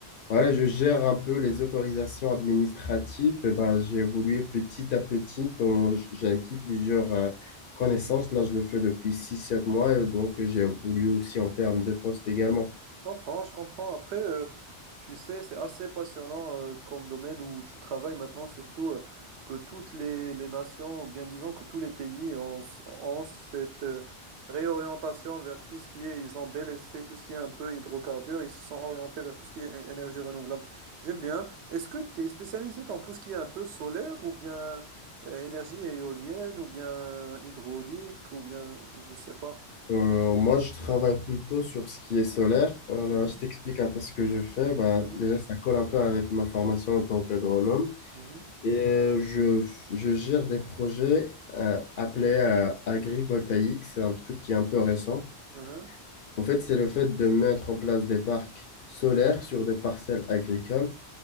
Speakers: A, on the left (about 60°); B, on the right (about 85°).
A: voilà, je gère un peu les autorisations administratives. Et bah, j'ai évolué petit à petit. Donc, j- j'ai acquis plusieurs euh, connaissances. Là, je le fais depuis six sept mois. Et donc, j'ai évolué aussi en termes de poste également.
B: Je comprends, je comprends. Après, euh, tu sais, c'est assez passionnant euh, comme domaine où tu travailles maintenant, surtout euh, que toutes les, les nations, ou bien disons que tous les pays ont, ont cette euh, réorientation vers tout ce qui est, ils ont délaissé tout ce qui est un peu hydrocarbures, ils se sont orientés vers tout ce qui est é- énergie renouvelable. J'aime bien. Est-ce que tu es spécialisé dans tout ce qui est un peu solaire ou bien euh, énergie éolienne ou bien hydraulique ou bien, je sais pas.
A: Euh, moi, je travaille plutôt sur ce qui est solaire. Euh,
B: Mhm,
A: je t'explique un peu ce que je fais. Bah,
B: mhm,
A: déjà, ça colle un peu avec ma formation en tant qu'agronome.
B: mhm,
A: Et euh, je, je gère des projets euh, appelés euh, agrivoltaïques. C'est un truc qui est un peu récent.
B: mhm.
A: En fait, c'est le fait de mettre en place des parcs solaires sur des parcelles agricoles,